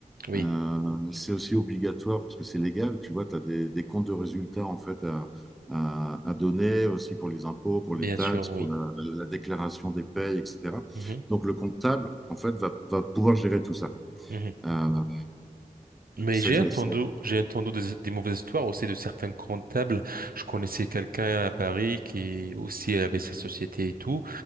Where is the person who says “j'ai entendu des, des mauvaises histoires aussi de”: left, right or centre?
Right